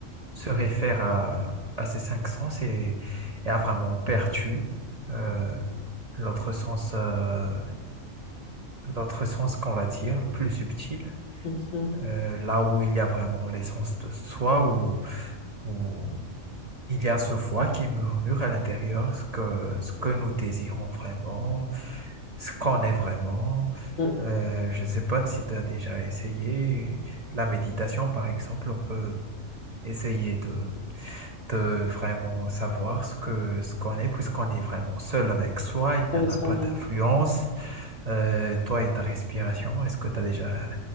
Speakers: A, on the right; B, on the left.
A: se réfère à, à ces cinq sens et, et a vraiment perdu euh, l'autre sens, euh, l'autre sens qu'on va dire, plus subtil,
B: Mhm. Mhm.
A: euh, là où il y a vraiment l'essence de soi, où, où il y a ce voix qui murmure à l'intérieur ce que, ce que nous désirons vraiment, ce qu'on est vraiment.
B: Mhm.
A: Euh, je ne sais pas si tu as déjà essayé la méditation, par exemple, on peut essayer de, de vraiment savoir ce que, ce qu'on est, puisqu'on est vraiment seul avec soi, il n'y
B: Avec
A: en a
B: soi-même.
A: pas d'influence. Euh, toi et ta respiration, est-ce que tu as déjà